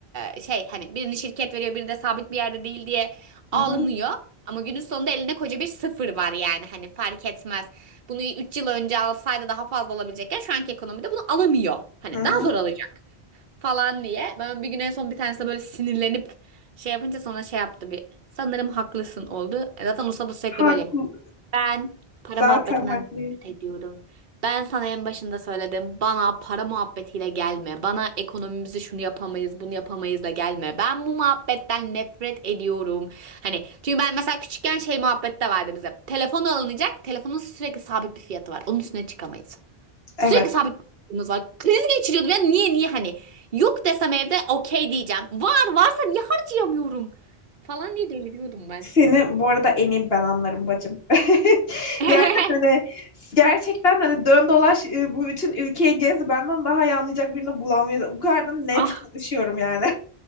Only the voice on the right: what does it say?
e, şey hani birini şirket veriyor biri de sabit bir yerde değil diye
ağlanıyor. Ama günün sonunda elinde koca bir sıfır var yani hani fark etmez. Bunu 3 yıl önce alsaydı daha fazla olabilecekken şu anki ekonomide bunu alamıyor. Hani
daha zor alacak falan diye. Ben bir gün en son bir tanesi böyle sinirlenip şey yapınca sonra şey yaptı bir. Sanırım haklısın oldu. E Zaten Usta da sürekli
böyle. Ben para
muhabbetinden
nefret ediyorum. Ben sana en başında söyledim. Bana para muhabbetiyle gelme. Bana ekonomimizi şunu yapamayız, bunu yapamayızla gelme. Ben bu muhabbetten nefret ediyorum. Hani çünkü ben mesela küçükken şey muhabbette vardı bize. Telefon alınacak. Telefonun sürekli sabit bir fiyatı var. Onun üstüne çıkamayız.
Sürekli sabit bir fiyatımız var. Kriz geçiriyordum. Ya niye niye hani yok desem evde okey diyeceğim. Var varsa niye harcayamıyorum falan diye deliriyordum ben.
<laughs>
Ah